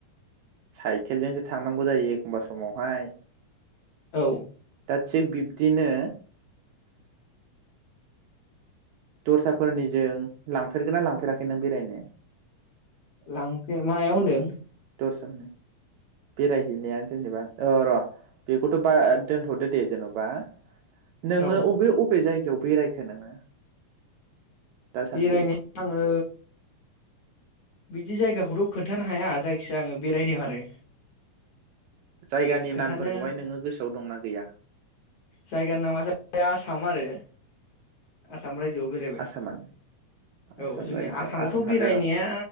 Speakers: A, on the right (about 80°); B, on the left (about 65°).
A: साइकेलजोंसो थांनांगौ जायो एखमबा समाव बाय
B: औ
A: दा थिख बि दिनो दस्राफोरनिजों लांफेरगोन ना लांफेराखै नों बेरायनो?
B: लांफेर मायाव होनदों?
A: दस्रा बेरायहैनाया जेनेबा अ र बेखौथ बाद दोनथदो दे जेनेबा नोङो
B: औ
A: अबे अबे जाय याव बेरायखो नोङो? दासान्दि
B: बेरायनाय आङो बिदि जायगाखौथ खोन्थानो हाया जाय खिजाया आङो बेरायदों आरो
A: जायगानि
B: खोन्थानो
A: नामफोरखौहाय नोङो गोसोआव दंना गैया?
B: जायगानि नामा जाहैबाय आसाम आरो आसाम राय जो बेरायबाय
A: आसामान
B: औ
A: आसाम
B: जोंनि
A: रायजोआव
B: आसामावथ
A: आसाम हादोराव
B: बेरायनाया